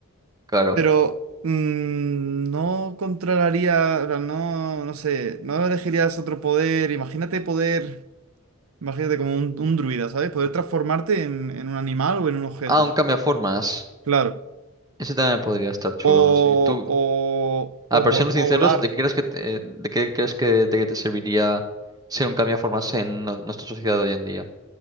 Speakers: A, on the right; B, on the right.
A: Claro.
B: Pero mm, no controlaría, o sea, no, no sé, no elegirías otro poder. Imagínate poder, imagínate como un, un druida, ¿sabes? Poder transformarte en, en un animal o en un objeto.
A: Ah, un cambiaformas.
B: Claro.
A: Ese también podría estar chulo,
B: O,
A: no sé. Tú,
B: o, o,
A: a ver,
B: vol-
A: siendo sinceros,
B: o volar.
A: ¿de qué crees que te, de qué crees que, de qué te serviría ser un cambiaformas en no- nuestra sociedad de hoy en día?